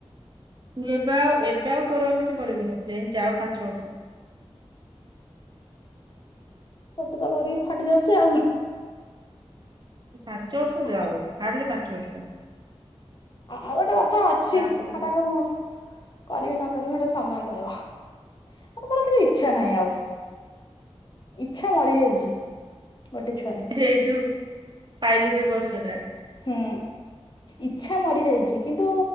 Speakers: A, on the right; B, on the left.
A: ହୁଏ ବା ଏ ଏବେ ଆଉ ତୋର ଆଉ କିଛି କରିବୁନି ଯାଇଁ ଯାଉ ପାଞ୍ଚ ବର୍ଷ।
B: ଗୋଟେ ତ କରିକି ଫାଟି ଯାଉଚି ଆଉ।
A: ପାଞ୍ଚ ବର୍ଷ ଯାଉ
B: ଆଉ
A: ହାର୍ଡଲି ପାଞ୍ଚ ବର୍ଷ।
B: ଆଉ ଗୋଟେ କଥା ଅଛି
A: ତାପରେ
B: ହେଟାକୁ ମୁଁ କରିବି ନକରିବି ହେଟା ସମୟ କହିବ। ଆରେ ମୋର କିନ୍ତୁ ଇଚ୍ଛା ନାହିଁ ଆଉ। ଇଚ୍ଛା ମରି ଯାଇଛି ଗୋଟେ ଛୁଆରେ।
A: ହେଇ ଯୋଉ ପାଇଲୁ ଯୋଉ କଷ୍ଟଟା।
B: ହୁଁ ଇଚ୍ଛା ମରିଯାଇଛି। କିନ୍ତୁ